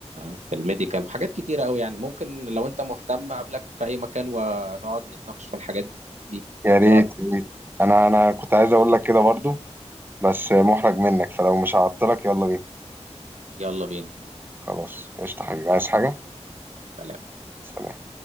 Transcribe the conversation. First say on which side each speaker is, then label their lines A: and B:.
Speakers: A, on the right (about 80°); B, on the right (about 15°).
A: في الميديكال وحاجات كتيره قوي يعني ممكن لو انت مهتم اقابلك في اي مكان ونقعد نتناقش في الحاجات دي
B: يا ريت
A: ايه رايك
B: يا ريت انا انا كنت عايز اقول لك كده برضو بس محرج منك فلو مش هعطلك يلا بينا
A: يلا بينا
B: خلاص قشطه حبيبي عايز حاجه
A: سلام
B: سلام